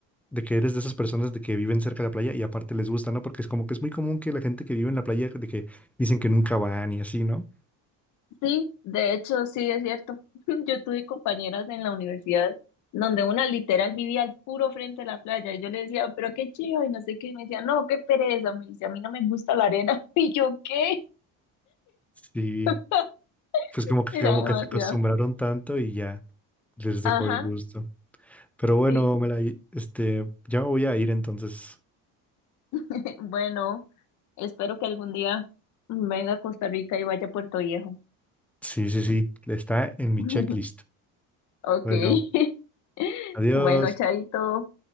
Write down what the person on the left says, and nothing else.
Sí, de hecho, sí es cierto. <laughs> Yo tuve compañeras en la universidad donde una literal vivía al puro frente de la playa y yo le decía, pero qué chido y no sé qué, y me decía, no, qué pereza, me dice, a mí no me gusta la arena. <laughs> Y yo, ¿qué?
<laughs>
Era
demasiado.
Ajá,
sí.
<laughs> Bueno, espero que algún día venga a Costa Rica y vaya a Puerto Viejo.
<laughs>
Ok.
<laughs>
Bueno, chaito.